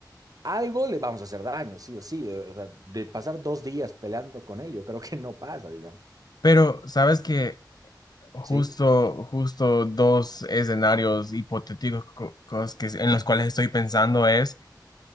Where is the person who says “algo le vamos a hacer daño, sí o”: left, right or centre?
Right